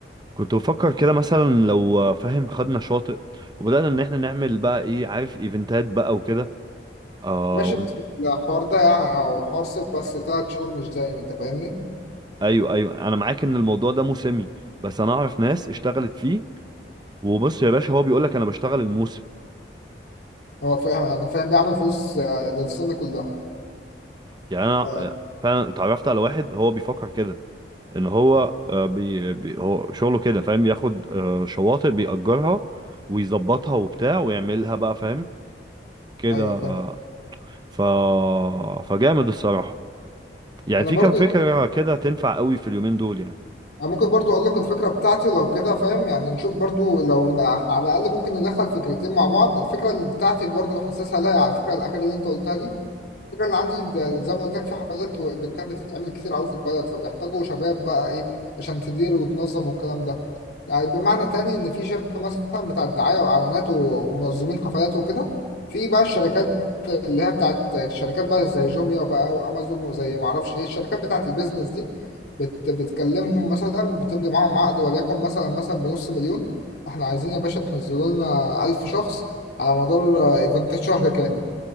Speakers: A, on the right; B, on the left.
A: كنت بفكر كده مثلا لو فاهم خدنا شاطئ وبدانا ان احنا نعمل بقى ايه عارف ايفنتات بقى وكده اه
B: ماشي
A: ون-
B: بس الحوار ده يعني او حوار صيف بس تلات شهور مش دايم انت فاهمني؟
A: ايوه ايوه انا معاك ان الموضوع ده موسمي بس انا اعرف ناس اشتغلت فيه وبص يا باشا هو بيقول لك انا بشتغل الموسم
B: هو فاهم انا فاهم بيعمل فلوس آه، للسنه كلها
A: يعني انا
B: آه،
A: آه، فعلا اتعرفت على واحد هو بيفكر كده ان هو آه، بي بي هو شغله كده فاهم ياخد آه، شواطئ بيأجرها ويظبطها وبتاع ويعملها بقى فاهم كده
B: ايوه
A: آه،
B: فاهم
A: ف فجامد الصراحة يعني
B: انا
A: في
B: برضو
A: كام فكرة كده تنفع قوي في اليومين دول يعني
B: أنا ممكن برضو أقول لك الفكرة بتاعتي ولو كده فاهم يعني نشوف برضو لو ن- على الأقل ممكن ندخل فكرتين مع بعض الفكرة اللي بتاعتي برضو حاسسها لايقة على الفكرة الأخيرة اللي أنت قلتها دي الفكرة اللي عندي ده زي ما قلت لك في حفلات وايفنتات بتتعمل كتير قوي في البلد فبيحتاجوا شباب بقى ايه عشان تدير وتنظم والكلام ده يعني بمعنى تاني ان في شركة مثلا بتاعت دعاية واعلانات و- ومنظمين حفلات وكده في بقى الشركات اللي هي بتاعت الشركات بقى زي جوميا بقى وامازون وزي ما اعرفش ايه الشركات بتاعت البيزنس دي بت بتكلمهم مثلا بتمضي معاهم عقد وليكن مثلا مثلا بنص مليون احنا عايزين يا باشا تنزلوا لنا 1000 شخص على مدار ايفنتات شهر كامل